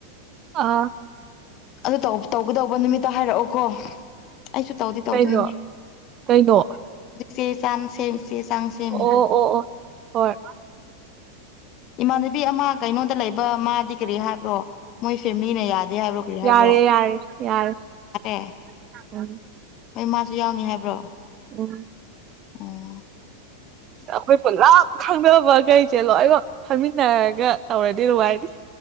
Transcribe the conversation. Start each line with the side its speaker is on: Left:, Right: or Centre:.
Right: ꯑꯥ
Left: ꯑꯗꯨ ꯇꯧ ꯇꯧꯒꯗꯧꯕ ꯅꯨꯃꯤꯠꯇ ꯍꯥꯏꯔꯛꯑꯣꯀꯣ ꯑꯩꯁꯨ ꯇꯧꯗꯤ ꯇꯧꯗꯣꯏꯅꯦ
Right: ꯀꯩꯅꯣ ꯀꯩꯅꯣ
Left: ꯁꯦ ꯆꯥꯡ ꯁꯦ ꯆꯦ ꯆꯥꯡ ꯁꯦꯃꯤ
Right: ꯑꯣ
Left: ꯗꯣ
Right: ꯑꯣ ꯑꯣ ꯍꯣꯏ
Left: ꯏꯃꯥꯟꯅꯕꯤ ꯑꯃ ꯀꯩꯅꯣꯗ ꯂꯩꯕ ꯃꯥꯗꯤ ꯀꯔꯤ ꯍꯥꯏꯕ꯭ꯔꯣ ꯃꯣꯏ ꯐꯦꯝꯂꯤꯅ ꯌꯥꯗꯦ ꯍꯥꯏꯕ꯭ꯔꯣ ꯀꯔꯤ ꯍꯥꯏꯕ꯭ꯔꯣ
Right: ꯌꯥꯔꯦ ꯌꯥꯔꯦ ꯌꯥꯔꯦ
Left: ꯌꯥꯔꯦ
Right: <unintelligible>
Left: ꯍꯣꯏ ꯃꯥꯁꯨ ꯌꯥꯎꯅꯤ ꯍꯥꯏꯕ꯭ꯔꯣ
Right: ꯎꯝ
Left: ꯑꯣ
Right: ꯑꯩꯈꯣꯏ ꯄꯨꯜꯂꯞ ꯈꯪꯗꯅꯕꯈꯩꯁꯦ ꯂꯣꯏꯅꯃꯛ ꯐꯝꯃꯤꯟꯅꯔꯒ ꯇꯧꯔ ꯗꯤ ꯅꯨꯡꯉꯥꯏꯅꯤ